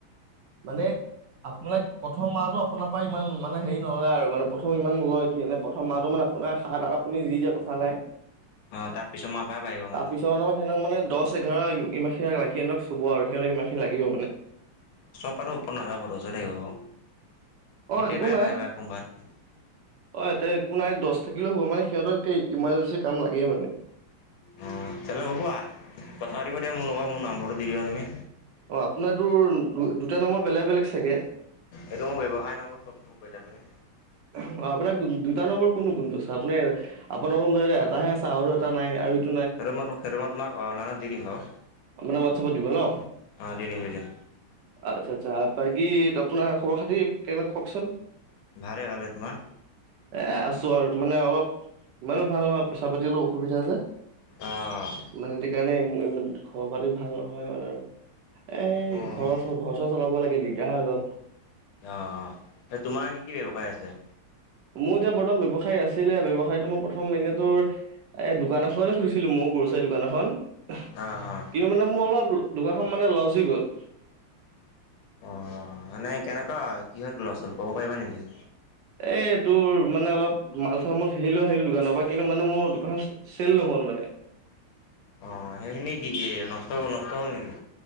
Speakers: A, on the right; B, on the left.
A: মানে আপোনাক প্ৰথম মাহটো আপোনাৰ পৰা ইমান মানে হেৰি নলয় আৰু মানে প্ৰথম ইমান নলয়। <unintelligible> প্ৰথম মাহটো মানে আপোনাৰ সাত আঠ। আপুনি যি যে কথা <unintelligible>
B: অ', তাৰ পিছত মাহৰ পৰাই বাঢ়িব
A: তাৰপিছত
B: মানে
A: আমাৰ সিহতক মানে দহ এঘাৰ। ইমানাখিনি লাগি সিহঁতক চুব আৰু সিহঁতক ইমানখিনি লাগিব মানে।
B: তাতো ওপৰত নাযাব লজ থাকিব বাৰু
A: অ'
B: কেতিয়াবাই।
A: একো নাই
B: <unintelligible>
A: অ এতিয়া একো নাই দহ থাকিলেও হ'ব মানে সিহঁতৰ ইমাৰ্জেঞ্চি কাম লাগেই মানে।
B: অ তেলে হ'ব কথা পাতিব দিয়া মোৰ লগত মোৰ নম্বৰটো। দি দিবা তুমি
A: অ আপোনাৰটো তোৰ দু- দুটা নম্বৰ বেলেগ বেলেগ চাগে।
B: এইটো মোৰ ব্যৱসায় নম্বৰত ফোন কৰিছা তুমি।
A: অ আপোনাৰ দুইটা নম্বৰ কোনটো কোনটো আছে আপুনি আপোনাৰ এটাহে আছে আৰু এটা নাই আৰু এই।
B: সেইটো মই ত সেইটো মই তোমাক অনলাইনত দি দিম বাৰু।
A: মানে হোৱাটচআপট দিব নহ।
B: অ', দি দিম দি দিম
A: আচ্ছা আচ্ছা বাকী আপোনাৰ খবৰ খাতি কেনেকুৱা কওঁকচোন।
B: ভালেই ভালেই তোমাৰ
A: এ আছোঁ আৰু মানে অলপ ইমানো ভাল নহয়। পইচা পাতি অলপ অসুবিধা যে
B: অ',
A: <unintelligible> কাৰণে। ঘৰ পাতি ভাল নহয় মানে আৰু এ
B: অ',
A: ঘৰৰ -চ -ঘৰ চৰ চলাব লাগে দিগ। <unintelligible>
B: অ অ এ তোমাৰ কি কি ব্যৱসায় আছে।
A: মোৰ এতিয়া বৰ্তমান ব্যৱসায়ী আছিলে ব্যৱসায়ীটো মই প্ৰথম এনেই তোৰ এ দোকান এখনে খুলিছিলো মই। গ্ৰচাৰী দোকান এখন। কিন্তু
B: অ', অ',
A: মানে মোৰ অলপ দোকানখন মানে লচ হৈ গ'ল।
B: অ মানে কেনেকুৱা কিহত লছ হ'ল কব পাৰিবা নেকি।
A: এই তোৰ মানে অলপ মাল চামত হেৰি লৈ আহিলো দোকানৰ পৰা কিন্তু মানে মোৰ দোকানখন চেল নহ'ল মানে। <inaudible>
B: অ সেইখিনি কি কি নষ্ট-নষ্ট হ'ল নেকি।